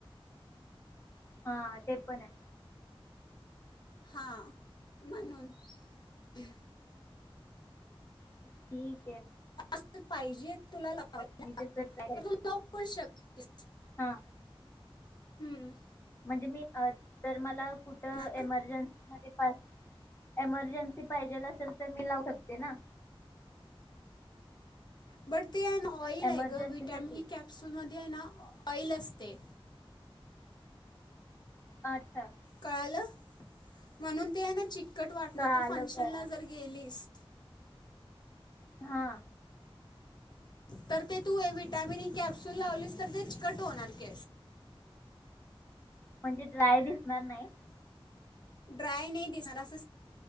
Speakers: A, on the left (about 25°); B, on the left (about 50°).
A: हा ते पण आहे
B: हा म्हणून उह
A: <inaudible>
B: आ अस पाहिजे तुला लावायला
A: मी तस
B: तर
A: ट्राय
B: तू लाऊ पण शकतेस
A: हा
B: हम्म
A: म्हणजे मी अ तर मला कुठ एमर्जन्सी
B: ना
A: मध्ये पाहि एमर्जन्सी पाहिजेल असेल तर मी लावू शकते ना
B: बर ते आहे ना ऑइल
A: एमर्जन्सी
B: आहे ग विटॅमिन
A: साठी
B: ई कॅप्सुल मध्ये आहे ना ऑईल असते
A: आच्छा!
B: कळालं म्हणून ते आहे ना चिक चिकट वाटना
A: तर आलं
B: तू फंक्शनला
A: कळालं
B: जर गेलीस
A: हा
B: तर ते तू ये व्हिटॅमिन ई कॅप्स्यूल लावलीस तर ते चिकट होणार केस
A: म्हणजे ड्राय दिसणार नायी
B: ड्राय नाही दिसणार अस